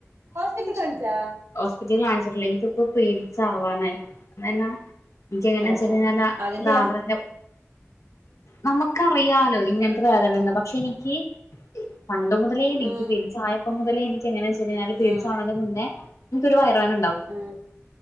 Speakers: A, on the right (about 85°); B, on the left (about 85°).
A: ഹോസ്പിറ്റലി കാണിച്ചാ
B: ഹോസ്പിറ്റല് കാണിച്ചിട്ടില്ല ഇന്ക്ക് ഇപ്പം പിരീഡ്സ് ആവാനായി <unintelligible> <unintelligible>
A: ഓഹ്
B: എങ്ങനാ വെച്ചാ
A: ഓഹ്
B: <unintelligible>
A: അതിന്റെയാ
B: ഇതാവണ <unintelligible> നമുക്കറിയാലോ ഇങ്ങനത്തെ വേദനയന്ന് പക്ഷെഇനിക്ക് പണ്ട് മുതലേ എനിക്ക്
A: ഉം
B: പിരീഡ്സായപ്പം മുതലേ എനിക്ക് എങ്ങനെസ് <unintelligible> പിരീഡ്സാ
A: ഉം
B: മുന്നേ ഇന്ക്ക് ഒരു വയറുവേദന ണ്ടാവും
A: ഉം